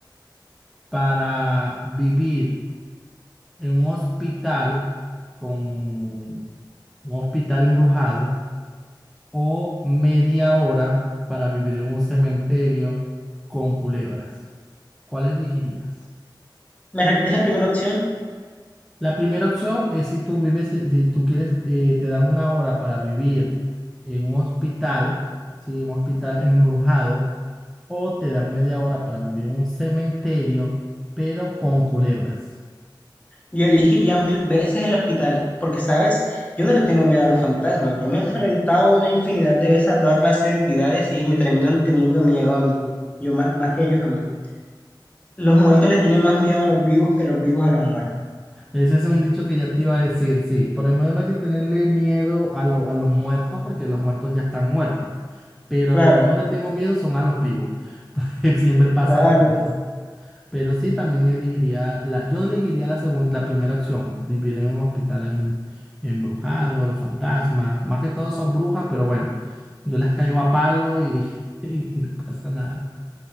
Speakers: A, in the centre; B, on the left.
A: para vivir en un hospital con un hospital embrujado o media hora para vivir en un cementerio con culebras, ¿cuál elegirías?
B: ¿Me repites la primera opción?
A: La primera opción es si tú vives, eh, si tú quieres, eh, te dan una hora para vivir en un hospital, ¿sí? Un hospital embrujado, o te dan media hora para vivir en un cementerio, pero con culebras.
B: Yo elegiría mil veces el hospital, porque, ¿sabes? Yo no le tengo miedo a los fantasmas. Yo me he enfrentado una infinidad de veces a toda clase de entidades y me terminan teniendo miedo a mí. Yo más, más que ellos a mí. Los muertos le tienen más miedo a los vivos que los vivos a los muertos.
A: Ese es un dicho que ya te iba a decir, sí. Por lo menos no hay que tenerle miedo a, lo- a los muertos, porque los muertos ya están muertos. Pero
B: Claro,
A: al- yo le tengo miedo son a los vivos. <laughs> Siempre pasan
B: claro,
A: cosas. Pero sí, también elegiría, la, yo elegiría la segunda, la primera opción, vivir en un hospital en- embrujado, los fantasmas, más que todo son brujas, pero bueno, yo las caigo a palo y, <laughs> y no pasa nada.